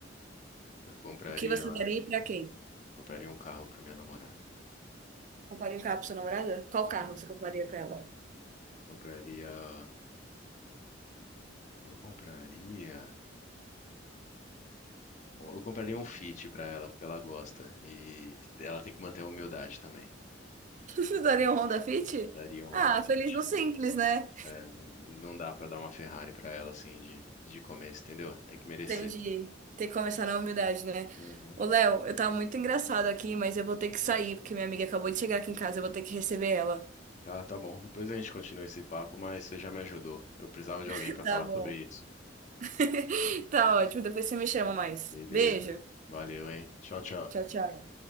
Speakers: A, on the left (about 40°); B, on the right (about 45°).
A: Eu compraria,
B: O que você daria e pra quem?
A: compraria um carro para minha namorada.
B: Compraria um carro pra sua namorada? Qual
A: Compraria-
B: carro você compraria pra ela?
A: Eu compraria, eu compraria, eu compraria um Fit para ela, porque ela gosta e ela tem que manter a humildade também.
B: <laughs> Você daria um Honda Fit?
A: Daria um
B: Ah,
A: Honda Fit.
B: feliz no simples, né?
A: É, não, não dá para dar uma Ferrari para ela assim de de começo, entendeu? Tem que merecer.
B: Entendi. Tem que começar na humildade, né?
A: Uhum.
B: Ô, Léo, eu tava muito engraçado aqui, mas eu vou ter que sair, porque minha amiga acabou de chegar aqui em casa, eu vou ter que receber ela.
A: Tá, tá bom. Depois a gente continua esse papo, mas você já me ajudou. Eu precisava de
B: <laughs>
A: alguém pra
B: Tá
A: falar
B: bom.
A: sobre isso.
B: <laughs> Tá ótimo, depois você me chama mais.
A: Beleza.
B: Beijo.
A: Valeu, hein? Tchau, tchau.
B: Tchau, tchau.